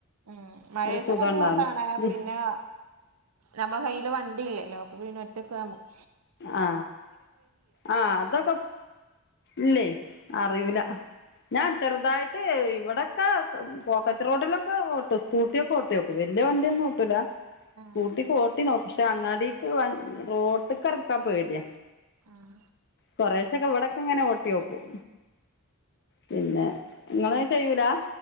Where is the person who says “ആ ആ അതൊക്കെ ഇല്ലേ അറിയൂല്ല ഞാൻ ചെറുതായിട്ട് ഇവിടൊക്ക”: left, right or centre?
Left